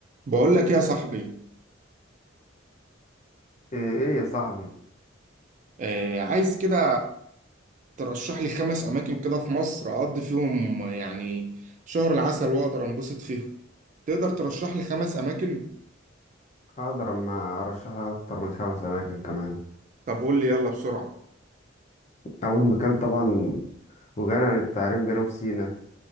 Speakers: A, on the right; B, on the left.
A: بقول لك يا صاحبي
B: ايه إيه يا صاحبي
A: آه عايز كده ترشح لي خمس اماكن كده في مصر اقضي فيهم يعني شهر العسل واقدر انبسط فيهم تقدر ترشح لي خمس اماكن
B: هقدر اما ارشح لك اكتر من خمس اماكن كمان
A: طب قول لي يلا بسرعة
B: اول مكان طبعا وغني عن التعريف جنوب سيناء